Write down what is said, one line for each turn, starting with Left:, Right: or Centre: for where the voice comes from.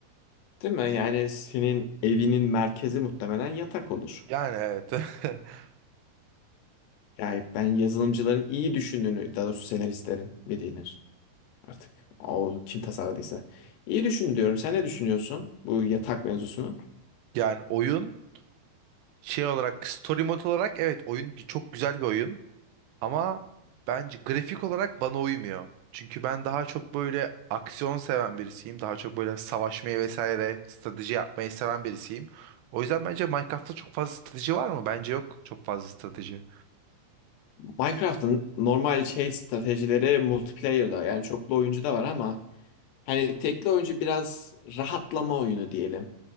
Left: değil mi? Yani senin evinin merkezi muhtemelen yatak olur.
Right: Yani evet. <laughs>
Left: Yani ben yazılımcıların iyi düşündüğünü, daha doğrusu senaristlerin bir denir. Artık o kim tasarladıysa. İyi düşündü diyorum. Sen ne düşünüyorsun bu yatak mevzusunu?
Right: Yani oyun şey olarak story mode olarak evet oyun çok güzel bir oyun. Ama bence grafik olarak bana uymuyor. Çünkü ben daha çok böyle aksiyon seven birisiyim. Daha çok böyle savaşmayı vesaire strateji yapmayı seven birisiyim. O yüzden bence Minecraft'ta çok fazla strateji var mı? Bence yok çok fazla strateji.
Left: Minecraft'ın normal şey stratejileri multiplayer'da yani çoklu oyuncu da var ama hani tekli oyuncu biraz rahatlama oyunu diyelim.